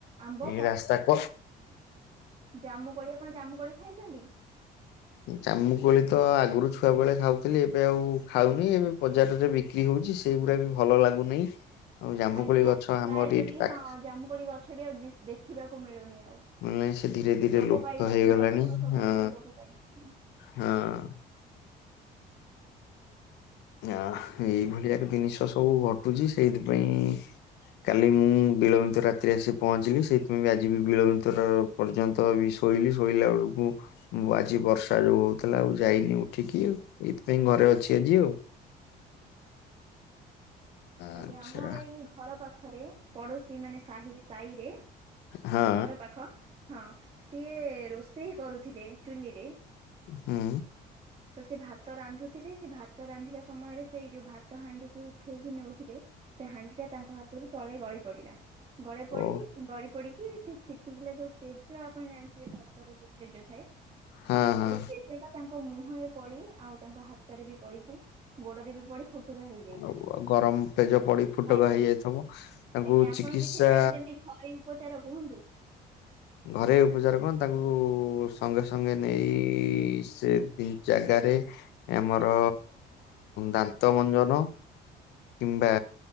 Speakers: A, on the right; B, on the left.
A: ଆମ୍ବ
B: ଏ ରାସ୍ତା କସ୍
A: ଜାମୁ କୋଳି ଆପଣ ଜାମୁ କୋଳି ଖାଇଛନ୍ତି?
B: ଜାମୁକୋଳି ତ ଆଗରୁ ଛୁଆ ବେଳେ ଖାଉଥିଲି ଏବେ ଆଉ ଖାଉନି ଏବେ ବଜାରରେ ବି ବିକ୍ରି ହଉଛି ସେଇଗୁଡା ବି ଭଲ ଲାଗୁନାହିଁ। ଆଉ ଜାମୁକୋଳି
A: ଆଜ୍ଞା
B: ଗଛ ଆମର
A: ପ୍ରାୟତଃ
B: ଏଇଠି
A: ବି
B: ପାଖ
A: ହଁ ଜାମୁକୋଳି ଗଛ ବି ଆଉ ଦେଖିବାକୁ ମିଳୁନି ଆଉ।
B: ମାନେ ସେ ଧୀରେ ଧୀରେ
A: ଲୋପ
B: ଲୁପ୍ତ
A: ପାଇଗଲାଣି
B: ହେଇଗଲାଣି,
A: ଗଛ ସବୁ ପ୍ରାୟ
B: ଆ
A: ଲୋପ ପାଇଗଲାଣି।
B: ହଁ ଆ ଏଇ ଭଳିଆ ଜିନିଷ ସବୁ ଘଟୁଛି ସେଇଥିପାଇଁ କାଲି ମୁଁ ବିଳମ୍ବିତ ରାତିରେ ଆସିି ପହଞ୍ଚିଲି ସେଇଥିପାଇଁ ବି ଆଜି ବି ବିଳବିତର ପର୍ଯ୍ୟନ୍ତ ବି ଶୋଇଲି ଶୋଇଲା ବେଳକୁ ଆଜି ବର୍ଷା ଯୋଉ ହଉଥିଲା ଆଉ ଯାଇନି ଉଠିକି ଆଉ। ଏଇଥିପାଇଁ ଘରେ
A: ଆଜ୍ଞା।
B: ଅଛି ଆଜି ଆଉ।
A: ଆଜ୍ଞା
B: ଆଚ୍ଛା
A: ଆମର ଏଇ ଘର ପାଖରେ ପଡୋଶୀ ମାନେ ସାହି ସାହିରେ
B: ହଁ
A: ଘର ପାଖ ହଁ ସିଏ ରୋଷେଇ କରୁଥିଲେ ଚୁଲିରେ
B: ହୁଁ।
A: ତ ସେ ଭାତ ରାନ୍ଧୁଥିଲେ ସେ ଭାତ ରାନ୍ଧିଲା ସମୟରେ ସେଇ ଯୋଉ ଭାତ ହାଣ୍ଡିିକି ଉଠେଇକି ନଉଥିଲେ। ସେ ହାଣ୍ଡିଟା ତାଙ୍କ ହାତରୁ ତଳେ ଗଳି ପଡିଲା ଗଳେ ପଡି
B: ଓ
A: ଗଳି ପଡିକି ସେ ଛି ଟିକିଲା ଯୋଉ ପେଜ ଆପଣ ଜାଣିିବେ ଭାତର ଯୋଉ ପେଜ ଥାଏ,
B: ହଁ ହଁ
A: ସେଇ ପେଜ ଟା ତାଙ୍କ ମୁଁ ମୁହଁରେ ପଡି ଆଉ ତାଙ୍କ ହାତରେ ବି ପଡିଛି, ଗୋଡରେ ବି ପଡି ଫୁଟୁକା ହେଇଯାଇଛି
B: ଆଉ ଗରମ ପେଜ ପଡି ଫୁଟକା
A: ଆଜ୍ଞା
B: ହେଇଯାଇଥିବ ତାଙ୍କୁ
A: ଆଜ୍ଞା
B: ଚିକିତ୍ସା
A: ଆପଣ କିଛି ଜାଣିଛନ୍ତି ଘରୋଇ ଉପଚାର କୁହନ୍ତୁ।
B: ଘରେଇ ଉପଚାର କଣ ତାଙ୍କୁ ସଙ୍ଗେ ସଙ୍ଗେ ନେଇ ସେ ଦି ଜାଗାରେ ଆମର ଦାନ୍ତ ମଞ୍ଜନ କିମ୍ବା